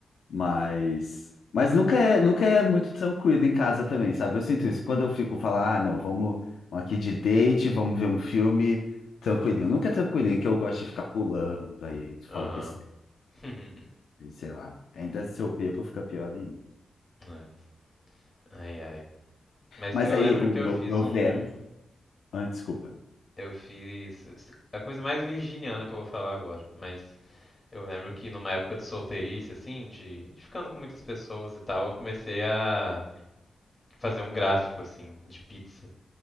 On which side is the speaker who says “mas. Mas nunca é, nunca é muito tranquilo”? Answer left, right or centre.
Left